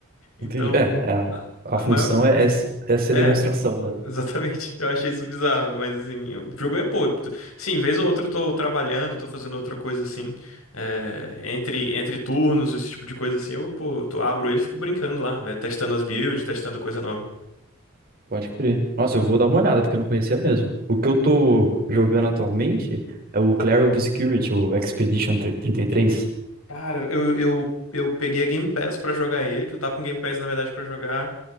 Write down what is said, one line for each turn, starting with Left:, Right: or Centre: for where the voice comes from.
Right: Entendi.
Left: Então,
Right: É, é, a
Left: a,
Right: a
Left: a
Right: função
Left: maior.
Right: é, é, se- é ser
Left: É,
Right: demonstração, né?
Left: exatamente. <laughs> Eu achei isso bizarro, mas assim, o jogo é pô. tu- Sim, vez ou outra eu tô trabalhando, tô fazendo outra coisa assim. é, entre, entre turnos, esse tipo de coisa assim, eu, pô, tu abro ele e fico brincando lá, velho, testando as builds, testando coisa nova.
Right: Pode crer. Nossa, eu vou dar uma olhada, porque eu não conhecia mesmo. O que eu tô jogando atualmente é o Clair Obscurity, o Expedition trinta e três.
Left: Cara, eu, eu, eu peguei a Game Pass pra jogar ele, que eu tava com Game Pass, na verdade, pra jogar